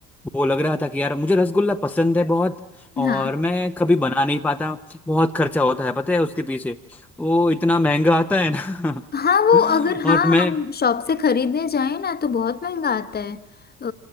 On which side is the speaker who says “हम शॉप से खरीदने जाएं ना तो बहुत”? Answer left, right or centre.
Left